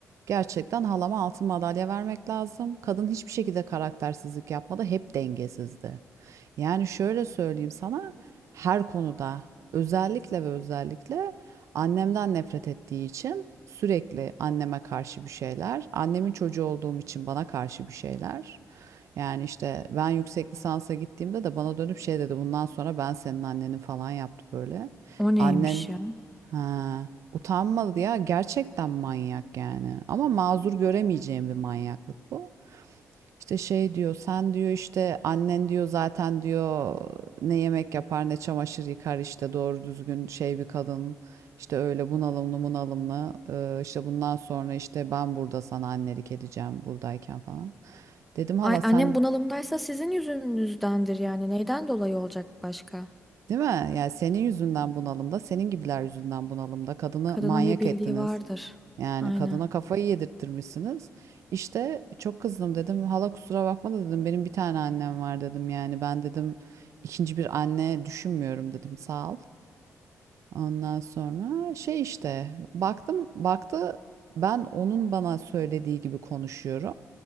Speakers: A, on the right; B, in the centre.
A: gerçekten halama altın madalya vermek lazım. Kadın hiçbir şekilde karaktersizlik yapmadı hep dengesizdi. Yani şöyle söyleyeyim sana her konuda özellikle ve özellikle annemden nefret ettiği için sürekli anneme karşı bir şeyler, annemin çocuğu olduğum için bana karşı bir şeyler. Yani işte ben yüksek lisansa gittiğimde de bana dönüp şey dedi bundan sonra ben senin annenin falan yaptı böyle.
B: O neymiş
A: Annen
B: ya?
A: ha, utanmadı ya gerçekten manyak yani ama mazur göremeyeceğim bir manyaklık bu. İşte şey diyor sen diyor işte annen diyor zaten diyor ne yemek yapar ne çamaşır yıkar işte doğru düzgün şey bir kadın. işte öyle bunalımlı bunalımlı Ee, işte bundan sonra işte ben burada sana annelik edeceğim buradayken falan. Dedim hala
B: Ay
A: sen
B: annem bunalımdaysa sizin yüzünüzdendir yani. Neyden dolayı olacak başka?
A: Değil mi? Yani senin yüzünden bunalımda, senin gibiler yüzünden bunalımda. Kadını
B: Kadının
A: manyak
B: bir bildiği
A: ettiniz.
B: vardır.
A: Yani
B: Aynen.
A: kadına kafayı yedirttirmişsiniz. İşte çok kızdım dedim. Hala kusura bakma da dedim. Benim bir tane annem var dedim. Yani ben dedim ikinci bir anne düşünmüyorum dedim. Sağ ol. Ondan sonra şey işte baktım baktı ben onun bana söylediği gibi konuşuyorum